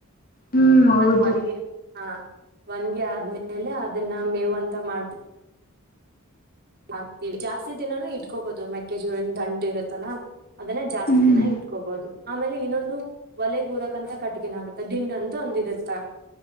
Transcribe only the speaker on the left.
ಹ್ಮ್ ಹೌದು
ಹ್ಮ್